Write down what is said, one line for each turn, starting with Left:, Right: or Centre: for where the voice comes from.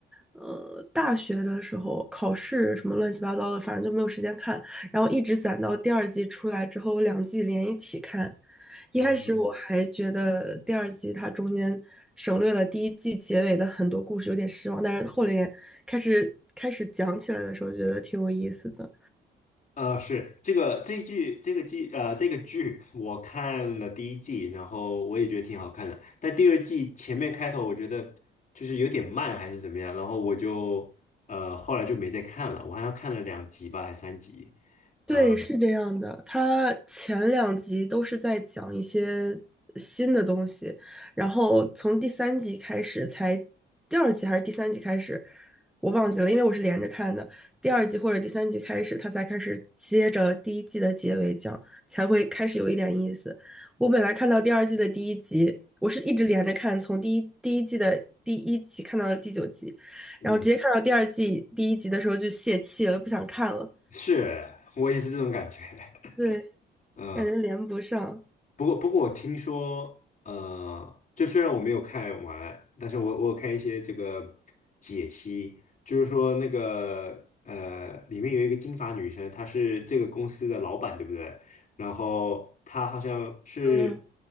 Centre: 呃，大学的时候考试什么乱七八糟的，反正就没有时间看，然后一直攒到第二季出来之后，我两季连一起看。一开始我还觉得第二季它中间省略了第一季结尾的很多故事，
Left: 嗯，
Centre: 有点失望，但是后来开始开始讲起来的时候，觉得挺有意思的。
Left: 呃，是这个这一剧这个季呃这个剧我看了第一季，然后我也觉得挺好看的，但第二季前面开头我觉得就是有点慢还是怎么样，然后我就呃后来就没再看了，我好像看了两集吧，还三集。呃
Centre: 对，是这样的，它前两集都是在讲一些新的东西，然后从第三集开始才，第二集还是第三集开始，我忘记了，因为我是连着看的，第二集或者第三集开始，它才开始接着第一季的结尾讲，才会开始有一点意思。我本来看到第二季的第一集，我是一直连着看，从第一第一季的第一集看到了第九集，
Left: 嗯
Centre: 然后直接看到第二季第一集的时候就泄气了，不想看了。
Left: 是，我也是这种感觉。<laughs>
Centre: 对。
Left: 嗯
Centre: 感觉连不上。
Left: 不过，不过我听说，呃，就虽然我没有看完，但是我我有看一些这个解析，就是说那个呃，里面有一个金发女生，她是这个公司的老板，对不对？然后她好像是，
Centre: 嗯，